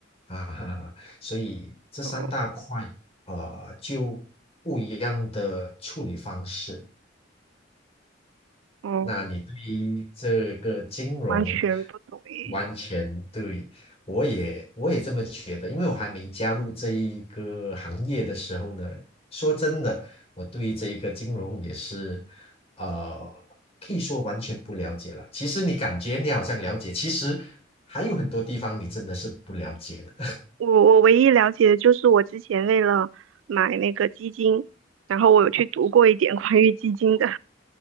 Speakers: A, on the left; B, on the right.
A: 啊，<laughs> 所以这三大块，
B: 哦
A: 呃，就不一样的处理方式。
B: 哦，
A: 那你对于这个金融
B: 完全不懂诶。
A: 完全对，我也我也这么觉得，因为我还没加入这一个行业的时候呢，说真的，我对这一个金融也是，呃，可以说完全不了解了。其实你感觉你好像了解，其实还有很多地方你真的是不了解的。
B: 我我唯一了解的就是我之前为了买那个基金，然后我有去读过一点关于基金的。